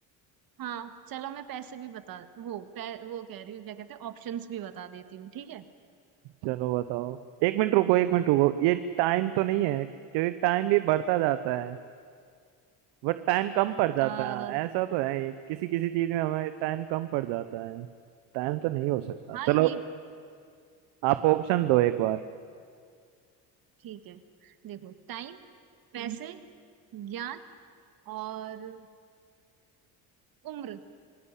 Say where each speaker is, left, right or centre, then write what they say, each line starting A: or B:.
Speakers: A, on the right (about 55°); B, on the right (about 80°).
A: हाँ चलो मैं पैसे भी बता वो पै, वो कह रही हूँ क्या कहते हैं ऑप्शंस भी बता देती हूँ ठीक है
B: चलो बताओ एक मिनट रुको एक मिनट रुको ये टाइम तो नहीं है क्योंकि टाइम भी बढ़ता जाता है बट टाइम कम पड़ जाता
A: आ,
B: है ऐसा तो है किसी किसी चीज में हमें टाइम कम पड़ जाता है टाइम तो नहीं हो सकता
A: हाँ
B: चलो
A: ये
B: आप ऑप्शन दो एक बार
A: ठीक है देखो टाइम हम्म, पैसे ज्ञान और उम्र